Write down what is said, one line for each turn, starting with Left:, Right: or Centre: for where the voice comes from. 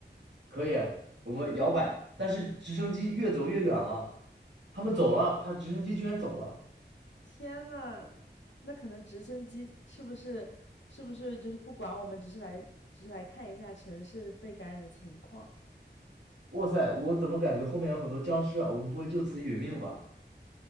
Right: 可以，我们摇摆，但是直升机越走越远了，他们走了，他直升机居然走了。
Left: 天呐，那可能直升机是不是是不是就是不管我们，只是来只是来看一下城市被感染的情况
Right: 哇塞，我怎么感觉后面有很多僵尸啊？我们不会就此殒命吧？